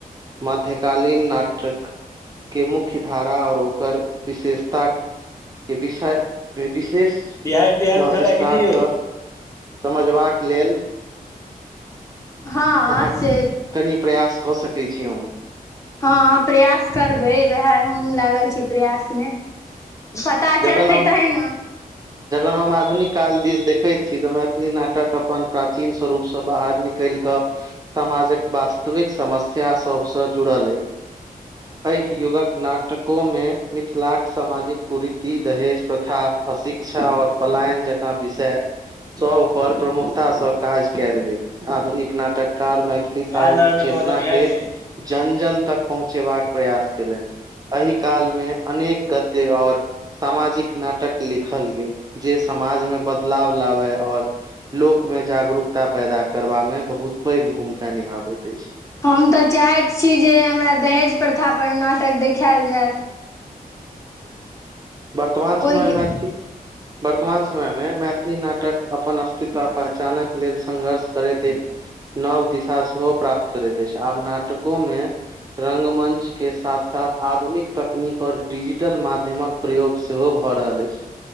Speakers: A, on the right; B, on the left.
A: मध्यकालीन नाटक के मुख्य धारा आओर ओकर विशेषता के विषय विशेषसँ
B: बिहारि तिहारि उठल
A: विस्तारसँ
B: कि नहि यौ
A: समझबाक लेल
B: हँ
A: अहाँ
B: से
A: कनि प्रयास कऽ सकैत छी अन्हु
B: हाँ प्रयास करबै उएह हमहुँ लागल छी प्रयास मे। पता
A: जखन
B: चलतै
A: हम
B: तहे ने।
A: जखन हम आधुनिक काल दिस देखैत छी तऽ मैथिली नाटक अपन प्राचीन स्वरूपसँ बाहर निकलि कऽ समाजक वास्तविक समस्या सबसँ जुड़ल अइ। एहि युगक नाटको मे मिथिलाक सामाजिक कुरीति ती दहेज प्रथा अशिक्षा आओर पलायन जकाँ विषय सब पर प्रमुखताासँ काज कयल गेल। आधुनिक नाटककार मे मैथिली साहित्य
B: राजनगरमे
A: चेतना
B: मतलब बिहारमे
A: के जन जन तक पहुँचेबाक प्रयास केलनि। एहि काल मे अनेक गद्य आओर सामाजिक नाटक लिखल गेल जे समाजमे बदलाव लाबे आओर लोकमे जागरूकता पैदा करबा मे बहुत पैघ भूमिका निभाबैत अछि।
B: हम तऽ चाहैत छी जे हमरा दहेज प्रथा पर नाटक देखायल जायत
A: वर्तमान समय
B: ओहिके
A: मे मैथिली वर्तमान समयमे मैथिली नाटक अपन अस्तित्व पहचानक लेल संघर्ष करैत एक नव दिशा सेहो प्राप्त करैत अछि। आब नाटको मे रंगमंच के साथ साथ आधुनिक तकनीक आओर डिजिटल माध्यमक प्रयोग सेहो भऽ रहल अछि।